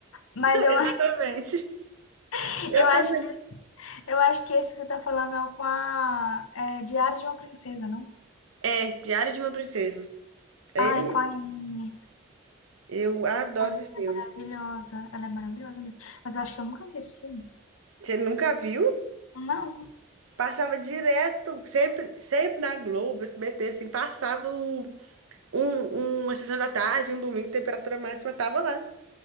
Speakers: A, on the left; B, on the right.
A: Mas eu,
B: Exatamente.
A: <laughs>
B: Eu
A: eu acho
B: também.
A: que eu acho que esse que você tá falando é o com a é, Diário de uma Princesa, não?
B: É, Diário de uma Princesa. É
A: Ah,
B: ele mesmo.
A: é com a Anne.
B: Eu adoro
A: Ah,
B: esse filme.
A: maravilhosa. Ela é maravilhosa mesmo. Mas eu acho que eu nunca vi esse filme.
B: Você nunca viu?
A: Não.
B: Passava direto, sempre, sempre na Globo, SBT, assim, passava o, um, uma sessão da tarde, um domingo, temperatura máxima, tava lá.